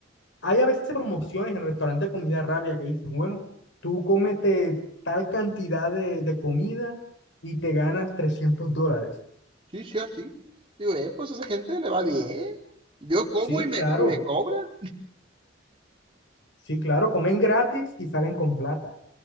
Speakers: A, on the left; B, on the right.
A: Hay a veces promociones en restaurantes de comida rápida que dicen, bueno, tú cómete tal cantidad de, de comida y te ganas 300 dólares.
B: Sí, sí, así. Digo, eh, pues a esa gente le va bien. Yo como
A: Sí,
B: y me,
A: claro,
B: y me cobran.
A: sí, claro, comen gratis y salen con plata.